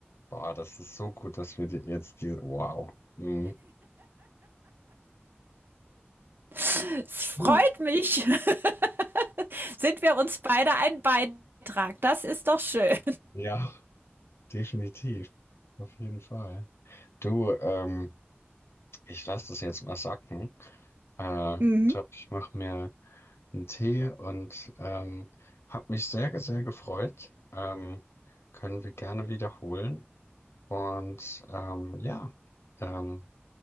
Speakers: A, on the left; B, on the right.
A: Boah, das ist so gut, dass wir die, jetzt diese. Wow. Mhm.
B: Es freut
A: <laughs> Uh.
B: mich. <laughs> Sind wir uns beide ein Beitrag? Das ist doch schön.
A: Ja, definitiv. Auf jeden Fall. Du, ähm, ich lasse das jetzt mal sacken. Äh, ich
B: Mhm.
A: glaube, ich mache mir einen Tee und ähm, habe mich sehr, sehr gefreut. Ähm, können wir gerne wiederholen. Und ähm, ja, ähm,